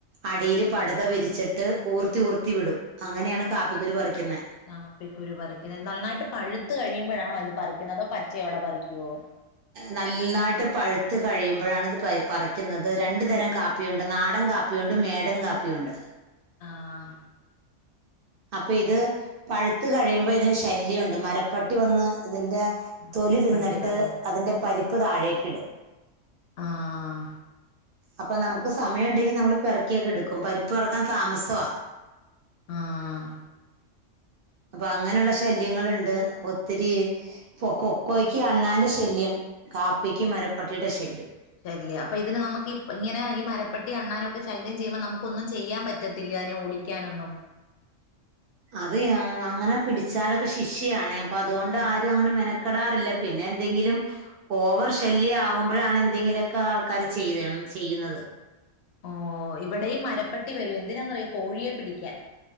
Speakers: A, on the right; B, on the left.
A: അടിയിൽ പടത വിരിച്ചിട്ട് ഊർത്തി, ഊർത്തി വിടും അങ്ങനെയാണ് കാപ്പിക്കുരു പറിക്കുന്നെ.
B: കാപ്പിക്കുരു പറിക്കുന്നത്. നന്നായിട്ട് പഴുത്തു കഴിയുമ്പോഴാണോ ഇത് പറിക്കുന്നത് അതോ പച്ച യോടെ പറിക്കുവോ?
A: നന്നായിട്ട് പഴുത്ത് കഴിയുമ്പോഴാണ് ഇത് പറിക്കുന്നത് രണ്ടു തരം കാപ്പി. കാപ്പിയുണ്ട് നാടൻ കാപ്പിയുണ്ട് മേടൻ കാപ്പിയുണ്ട്.
B: ആഹ്.
A: അപ്പൊ ഇത് പഴുത്ത് കഴിയുമ്പോ ഇതിന് ശല്യോണ്ട് മരപ്പട്ടി വന്ന് ഇതിന്റെ. തൊലി
B: മരപ്പട്ടി
A: തിന്നിട്ട്
B: വന്ന്
A: അതിന്റെ പരിപ്പ് താഴേക്ക് ഇടും.
B: ആഹ്.
A: അപ്പൊ നമുക്ക് സമയണ്ടെങ്കി നമ്മള് പെറക്കിയൊക്കെടുക്കും പരിപ്പ് പറക്കാൻ താമസവാ.
B: ആഹ്.
A: അപ്പൊ അങ്ങനെള്ള ശല്യങ്ങള്ണ്ട് ഒത്തിരി. കൊക്കോയ്ക്ക് അണ്ണാന്റെ ശല്യം. കാപ്പിക്ക് മരപ്പട്ടിടെ ശല്യം.
B: ശല്യ അപ്പൊ ഇതിനെ നമുക്ക് ഇപ്പ ഇങ്ങനെ ഈ മരപ്പെട്ടി അണ്ണാനൊക്കെ ശല്യം ചെയുമ്പോ നമുക്ക് ഒന്നും ചെയ്യാൻ പറ്റത്തില്ല. അതിനെ ഓടി ക്കാനൊന്നും.
A: അത് അങ്ങനെ പിടിച്ചാലൊക്കെ ശിഷ്യാണ് അപ്പൊ അതുകൊണ്ട് ആരും അങ്ങനെ മെനക്കെടാറില്ല. പിന്നെ എന്തെങ്കിലും. ഓവർ ശല്യം ആവുമ്പോഴാണ് എന്തെങ്കിലുക്കെ ആൾക്കാര് ചെയ്യുന്നത്.
B: ഓ ഇവിടെയും മരപ്പെട്ടി വരും എന്തിനാന്ന്റിയോ കോഴിയെ പിടിക്കാൻ